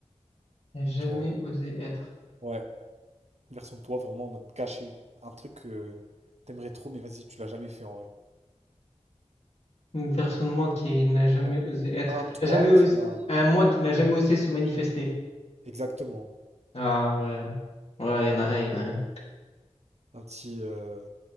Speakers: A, on the left; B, on the right.
A: N'a jamais
B: tu vois?
A: osé être.
B: Ouais, une version de toi vraiment en mode caché, un truc que t'aimerais trop, mais vas-y, tu l'as jamais fait en vrai.
A: Une personne, moi, qui n'a jamais
B: Ouais.
A: osé être.
B: Un
A: Qui
B: toi
A: n'a jamais osé...
B: qui n'a...
A: Un moi qui n'a jamais osé se manifester.
B: Exactement.
A: Ah ouais. Ouais, il y en a un, il y en a un.
B: Un petit, euh,